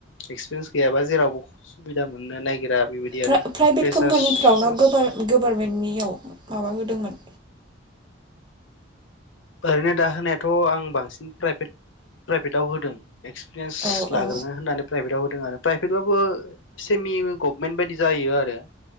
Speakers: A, on the left; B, on the right.
A: एक्सपिरियेन्स गैयाबा जेरावबो सुबिदा मोननो नागिरा। बेबायदि आरो
B: प्रा-प्राइभेट
A: फ्रेसार्सआव
B: कम्पानिफ्राव ना ग-गभारमेन्टनियाव माबा होदोंमोन
A: ओरैनो दा होनाया थ' आं बांसिन प्राइभेट प्राइभेटाव होदों। एक्सपिरियेन्स
B: औ
A: लाग्रो
B: औ
A: होननानै प्राइभेटाव होदों आरो। प्राइभेटबाबो सेमि गभमेन्ट बायदि जायो आरो